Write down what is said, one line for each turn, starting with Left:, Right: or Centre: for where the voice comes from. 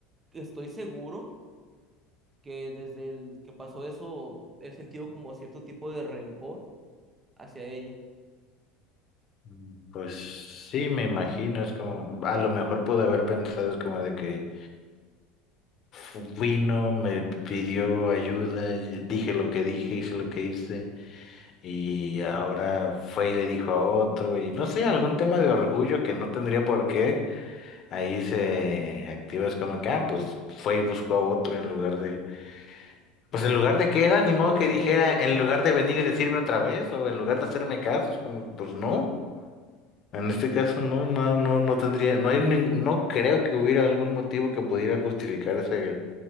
Right: estoy seguro que desde el que pasó eso he sentido como cierto tipo de rencor hacia ella,
Left: Mm, Pues sí, me imagino, es como, a lo mejor pude haber pensado, es como de que Vino, me pidió ayuda, y dije lo que dije, hice lo que hice, y ahora fue y le dijo a otro, y no sé, algún tema de orgullo que no tendría por qué, ahí se activa, es como que, ah, pues fue y buscó a otro en lugar de, pues en lugar de que era, ni
Right: en
Left: modo
Right: lugar
Left: que
Right: de
Left: dijera, en
Right: nomás
Left: lugar
Right: quedarse
Left: de venir
Right: así.
Left: y decirme otra vez, o en lugar de hacerme caso, es como que, pues no. En este caso no, no, no, no tendría, no hay, nin- no creo que hubiera algún motivo que pudiera justificar esa,